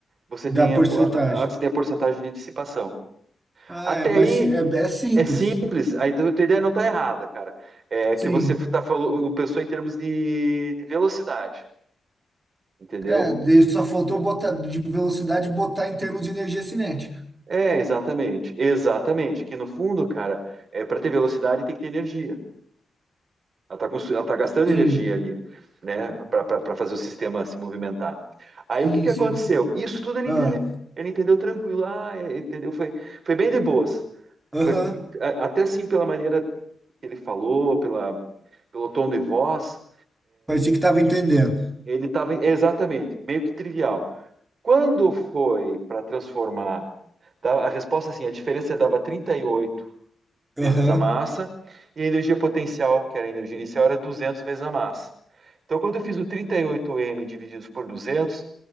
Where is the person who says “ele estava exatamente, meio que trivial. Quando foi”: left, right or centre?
Right